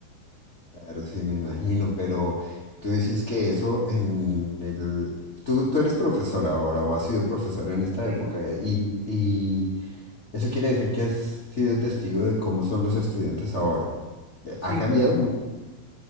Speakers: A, on the left (about 40°); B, on the right (about 50°).
A: Claro, sí, me imagino, pero tú dices que eso en el... Tú, tú eres profesor ahora o has sido profesor en esta
B: Sí,
A: época eh, y, y eso quiere decir que has sido testigo de cómo son los estudiantes ahora. Eh,
B: sí,
A: Ha cambiado
B: correcto.
A: mucho.